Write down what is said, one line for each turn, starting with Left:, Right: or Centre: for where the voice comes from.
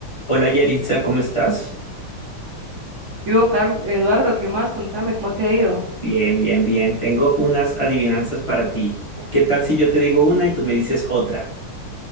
Left: Hola Yaritza, ¿cómo estás?
Right: Yo, Carl, Eduardo, ¿qué más? Contame, ¿cómo te ha ido?
Left: Bien, bien, bien. Tengo unas adivinanzas para ti. ¿Qué tal si yo te digo una y tú me dices otra?